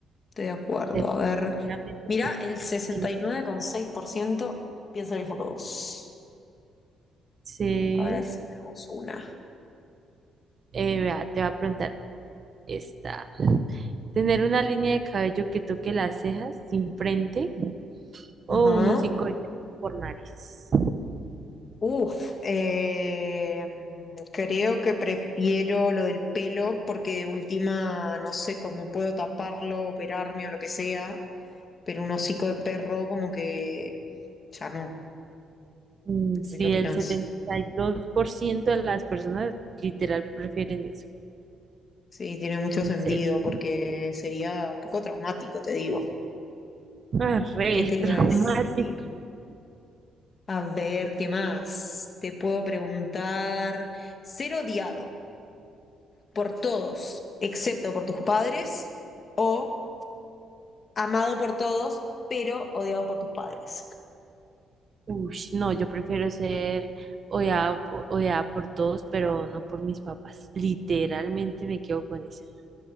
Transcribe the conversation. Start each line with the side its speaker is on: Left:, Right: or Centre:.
Left: estoy de acuerdo.
Right: Definitivamente.
Left: A ver, mira,
Right: porque
Left: el
Right: es
Left: sesenta
Right: que-
Left: y nueve coma seis por ciento piensa lo mismo que vos.
Right: Sí.
Left: Ahora decimos una.
Right: Eh, vea, te va a preguntar esta. Tener una línea de cabello que toque las cejas sin frente o
Left: Ajá.
Right: un hocicoidectomy por nariz.
Left: Uf, eh, creo que prefiero lo del pelo porque de última no sé cómo puedo taparlo, operarme o lo que sea, pero un hocico de perro como que ya no,
Right: Mm,
Left: no
Right: Sí,
Left: sé qué opinás.
Right: el 72% de las personas literal prefieren eso,
Left: Sí, tiene mucho
Right: en
Left: sentido
Right: serio.
Left: porque sería un poco traumático, te digo.
Right: Ah, re
Left: ¿Qué te iba
Right: traumático.
Left: a decir? A ver, ¿qué más? Te puedo preguntar, ser odiado por todos, excepto por tus padres, o amado por todos, pero odiado por tus padres.
Right: Uy, no, yo prefiero ser odiada, po- odiada por todos, pero no por mis papás. Literalmente me quedo con eso.